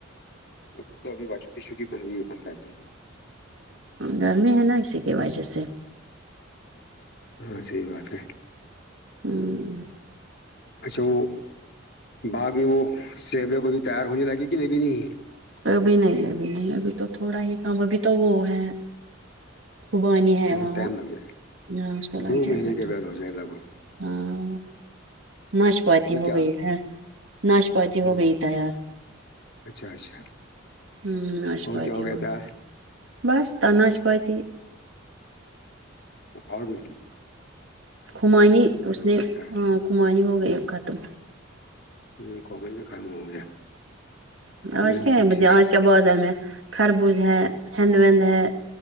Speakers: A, on the left (about 55°); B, on the right (about 75°).
A: تو پھر تو ابھی واچوں کی چھٹی بن ہوئی ہے پندرہ دن ہے
B: گرمی ہے نا اسی کی وجہ سے
A: ہاں صحیح بات ہے
B: ہوں
A: اچھا وہ باغ میں وہ سیبوں کو ابھی تیار ہونے لگے کہ ابھی نہیں
B: ابھی نہیں ابھی نہیں ابھی تو تھوڑا ہی کام ابھی تو وہ ہے خوب آ نہیں ہے
A: سے
B: وہاںاں
A: ٹائم لگ جائے
B: نہ تو لگ
A: دو
B: جائے
A: مہینے
B: گاٹ
A: کے بعد ہو جائے لگ بھگ
B: ہاں ناشپاتی
A: ابھی
B: ہو
A: کیا
B: گئی ہے ناش جی
A: ہاں
B: ہو گئی تیار
A: اچھا اچھا
B: ہوں ناشپات
A: اور کیا گیا
B: ہو
A: تیار
B: بس ت ناشپات
A: وہ آڈو
B: خمانی اس نے
A: گیا تیار
B: ہ خھمانی ہو گئی ختم
A: ہوں کوگ سے خرم ہو گیا
B: آج
A: بالکل
B: کیا ہے
A: ٹھیک
B: بیا آج کیا بازال میں خربوز ہے ہند وند ہے